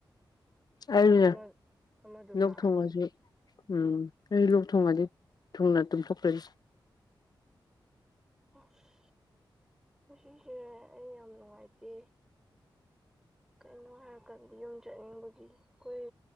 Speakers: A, on the left; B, in the centre.
A: ꯑꯅꯦ
B: ꯑꯃ ꯑꯃꯗꯨ
A: ꯂꯣꯛ
B: ꯂꯥꯛꯑꯗꯤ
A: ꯊꯣꯡꯉꯁꯨ ꯎꯝ ꯀ ꯊꯣꯡꯉꯜꯂꯤꯦ ꯊꯨꯡꯅ ꯇꯝꯊꯣꯛꯈ꯭ꯔꯦꯦ
B: ꯑꯁ ꯃꯁꯤꯁꯦ ꯑꯩ ꯌꯥꯝ ꯅꯨꯡꯉꯥꯏꯇꯦ ꯀꯩꯅꯣ ꯍꯥꯏꯔꯀꯥꯟꯗ ꯌꯨꯝ ꯆꯠꯅꯤꯡꯕꯒꯤ ꯑꯩꯈꯣꯏ